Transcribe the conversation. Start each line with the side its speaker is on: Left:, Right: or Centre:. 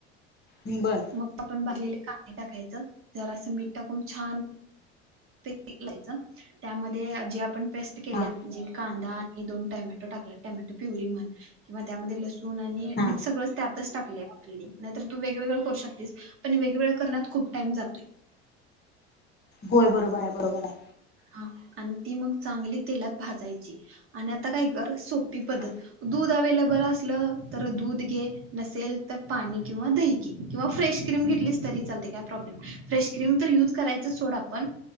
Left: हम्म बरं
Right: मग आपण भाजलेले कांदे टाकायचं जरा असं मीठ टाकून छान <inaudible> त्यामध्ये जे आपण पेस्ट केल्या
Left: हा
Right: जे कादां आणि दोन टेमाटो टाकलय टेमाटो प्युरी म्हण किंवा त्यामधे लसु तूना आणि
Left: हा
Right: मी सगळं त्यातच टाकलय ऑलरेडी नाही तर तू वेगवेगळं करू शकतीस पण वेगवेगळ करण्यात खूप टाईम जातोय.
Left: होय बरोबर हाय बरोबर आहे
Right: हा आणि ती मग चांगली तेलात भाजायची आणि आता काय कर सोप ती पद्धत
Left: हा
Right: दुध अवेलेबल असलं तर दूध घे नसेल तर पाणी किंवा दही घे किंवा फ्रेश क्रीम घेतलीस तरी चालतयं काय प्रॉब्लेम नाय फ्रेश क्रीम तर युज करायचं सोड आपण